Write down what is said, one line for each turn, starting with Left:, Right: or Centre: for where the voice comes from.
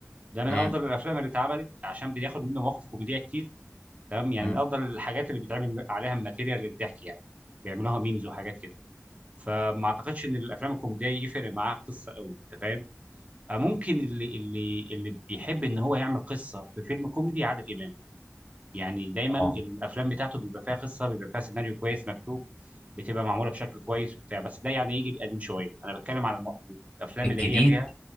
Right: ده من
Left: امم
Right: افضل الافلام اللي اتعملت عشان بياخد منه مواقف كوميديه كتير تمام يعني
Left: امم
Right: من افضل الحاجات اللي بيتعمل عليها الماتيريال للضحك يعني بيعملوها ميمز وحاجات كده فما اعتقدش ان الافلام الكوميديه يفرق معاها قصه قوي انت فاهم آه، ممكن اللي اللي اللي بيحب ان هو يعمل قصه في فيلم كوميدي عادل امام يعني دايما
Left: اه
Right: الافلام بتاعته بيبقى فيها قصه بيبقى فيها سيناريو كويس مكتوب بتبقى معموله بشكل كويس وبتاع بس ده يعني يجي قديم شويه انا بتكلم على الم- الافلام
Left: الجديد
Right: اللي هي فيها